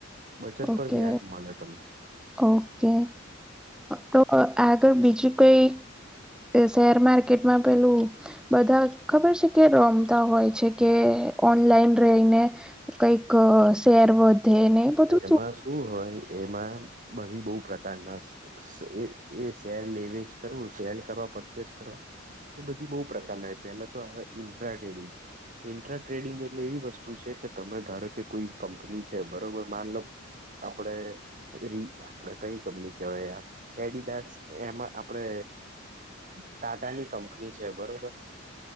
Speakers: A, on the right; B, in the centre.
A: બચત
B: ઓકે
A: પર બી આજમાને તમને
B: ઓકે તો આગળ બીજું કોઈ શેર માર્કેટ માં પેલું બધા ખબર છે કે રમતા હોય છે કે ઓનલાઈન રહીને કઈક શેર વધે ને બધું
A: એમાં શું હોય એમાં બધી બહુ પ્રકારના એ એ શેર લેવે જ કરવું શેર કરવા પરચેસ કરવા એ બધી બહુ પ્રકારના આવે પહેલા તો આવે ઇન્ટ્રા ટ્રેડિંગ ઇન્ટ્રા ટ્રેડિંગ એ એટલે એવી વસ્તુ છે કે તમે ધારો કે કોઈ કંપની છે બરોબર માન લો આપડે આપડ કઈ કંપની કવાય એડીદાસ એમાં આપડે ટાટા ની કંપની છે બરોબર